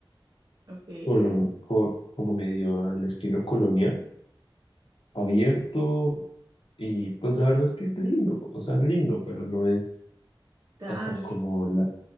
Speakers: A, on the right; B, on the left.
A: Ok.
B: colon- co- como medio al estilo colonial, abierto y pues la verdad es que es lindo, o sea, es lindo, pero no es,
A: Tan
B: o sea, como
A: lindo.
B: la,